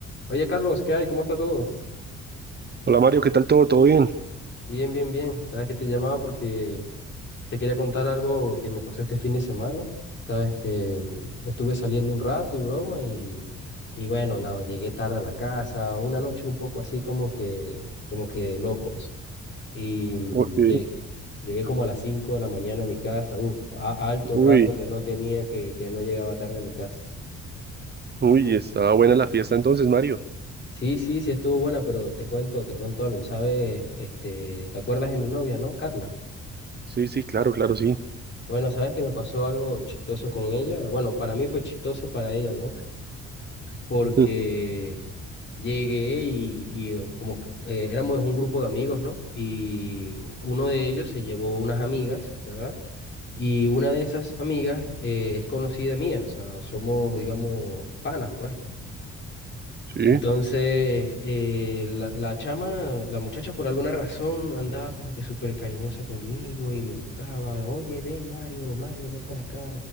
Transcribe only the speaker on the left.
Oye, Carlos, ¿qué hay? ¿Cómo está todo?
Bien, bien, bien. Sabes que te llamaba porque te quería contar algo que me pasó este fin de semana. Sabes que mm, estuve saliendo un rato y broma y, y bueno, nada, llegué tarde a la casa, una noche un poco así como que, como que de locos. Y mm,
llegué, llegué como a las 5 de la mañana a mi casa, uf, a, alto rato
que no tenía, que, que no llegaba tarde a mi casa.
Sí, sí, sí estuvo buena, pero te cuento, te cuento algo, ¿sabes? Este, ¿te acuerdas de mi novia, no, Carla?
Bueno, sabes que me pasó algo chistoso con ella. Bueno, para mí fue chistoso para ella, ¿no? Porque
llegué y, y como que, eh, éramos un grupo de amigos, ¿no? Y uno de ellos se llevó unas amigas, ¿verdad? Y una de esas amigas eh, es conocida mía, o sea, somos, digamos, panas, pues.
Entonces, eh, la, la chama, la muchacha por alguna razón andaba como que súper cariñosa conmigo y me buscaba, oye, ven Mario, Mario, ven para acá,